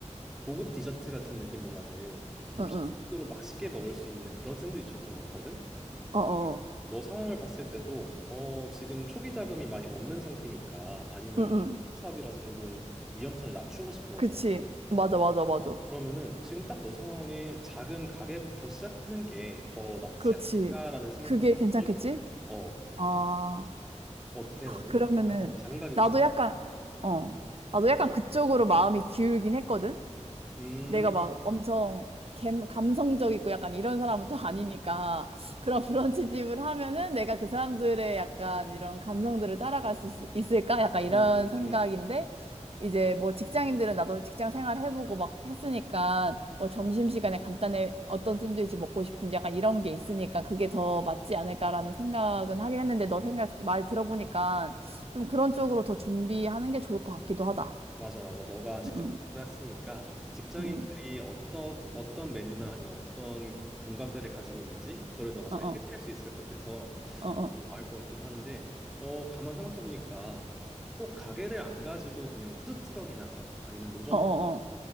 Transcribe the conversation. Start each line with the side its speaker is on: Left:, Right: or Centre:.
Centre: 고급 디저트 같은 느낌보다는 좀
Right: 응응,
Centre: 식으로 맛있게 먹을 수 있는 그런 샌드위치였던 것 같거든.
Right: 어어,
Centre: 그리고 너 상황을 봤을 때도 어 지금 초기 자금이 많이 없는 상태니까 아니면은
Right: 응응,
Centre: 사업이라서 조금 위험성을 낮추고 싶은 거잖아.
Right: 그치, 맞아
Centre: 어
Right: 맞아 맞아.
Centre: 그러면은 지금 딱 너 상황에 작은 가게부터 시작하는 게 더 낫지
Right: 그렇지.
Centre: 않을까라는 생각도
Right: 그게
Centre: 나
Right: 괜찮겠지?
Centre: 들고. 어
Right: 아,
Centre: 어때 너는?
Right: 그러면은,
Centre: 가- 어, 작은 가게부터.
Right: 나도 약간,
Centre: 어.
Right: 어, 나도 약간 그쪽으로 마음이 기울긴 했거든?
Centre: 음,
Right: 내가
Centre: 음,
Right: 막 엄청 감, 감성적이고 약간 이런 사람은 또 아니니까 그런 브런치집을 하면은 내가 그 사람들의 약간 이런 감성들을 따라갈 수 있, 을까 약간
Centre: 음,
Right: 이런
Centre: 음,
Right: 생각인데
Centre: 음.
Right: 이제 뭐 직장인들은 나도 직장 생활 해보고 막 했으니까 뭐 점심시간에 간단히 어떤 샌드위치 먹고 싶은지 약간 이런 게 있으니까 그게 더 맞지 않을까라는 생각은 하긴 했는데 너 생각 말 들어보니까 좀 그런 쪽으로 더 준비하는 게 좋을 것 같기도 하다.
Centre: 맞아, 맞아. 너가 직장생활도
Right: 음, 음,
Centre: 했으니까 직장인들이
Right: 음, 음.
Centre: 어떤 어떤 메뉴나 아니면 어떤 공감대를 가지고 있는지 그거를 너가 잘
Right: 어, 어,
Centre: 캐치할 수 있을 것 같아서
Right: 어, 어.
Centre: 그게 더 나을 것 같기도 한데, 어 가만 생각해 보니까 꼭 가게를 안 가지고 그냥 푸드 트럭이나 아니면 노점
Right: 어어어.